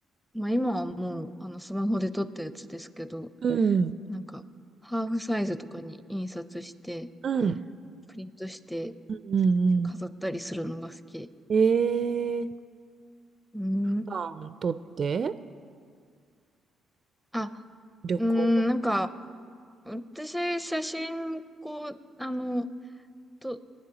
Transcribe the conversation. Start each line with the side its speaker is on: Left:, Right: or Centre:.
Centre: まあ、今はもう、あの、スマホで撮ったやつですけど、
Right: うん。
Centre: なんか、ハーフサイズとかに印刷して、
Right: うん。
Centre: プリントして、
Right: うん。う
Centre: 飾ったりするのが好き。
Right: んえー、
Centre: うーん。
Right: 普段ン取って
Centre: あ、
Right: 旅行。
Centre: うーん、なんか、私、写真、こう、あの、と、